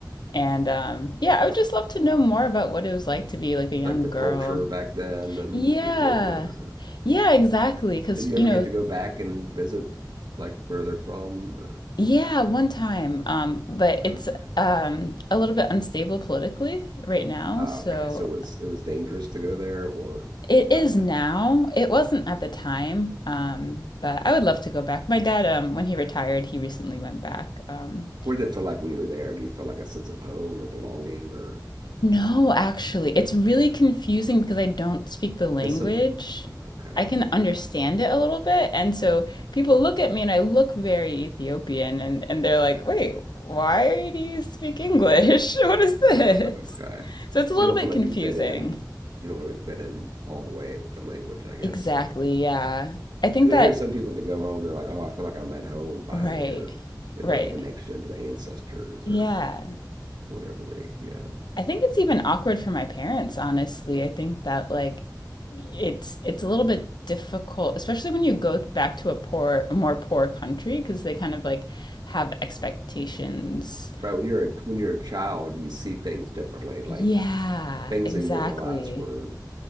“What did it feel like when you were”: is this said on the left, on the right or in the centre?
Right